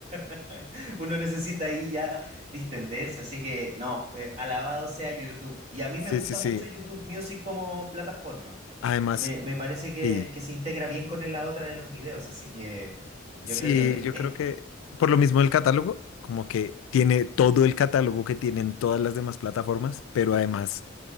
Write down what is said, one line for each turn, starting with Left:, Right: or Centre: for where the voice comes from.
Right: <laughs> uno necesita ahí ya distenderse, así que no, eh, alabado sea YouTube. Y a mí
Left: Sí,
Right: me gusta
Left: sí, sí.
Right: mucho YouTube Music como plataforma.
Left: Además,
Right: Me, me parece que,
Left: sí.
Right: que se integra bien con la otra de los videos, así que yo
Left: Sí,
Right: creo que
Left: yo
Right: es...
Left: creo que por lo mismo el catálogo, como que tiene todo el catálogo que tienen todas las demás plataformas, pero además